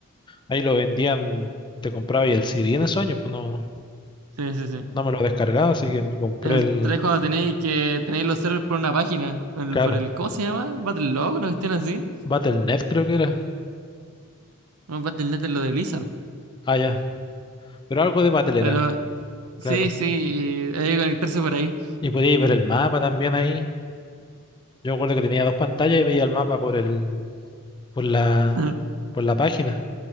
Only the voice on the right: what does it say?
Sí, sí, sí.
El
tres cuando tenéis que tenéis los servers por una página, por el,
por el- ¿cómo se llama? Battlelog, una cuestión así.
No, Battle.net es lo de Blizzard.
Pero sí,
sí, hay que conectarse por ahí.
<laughs>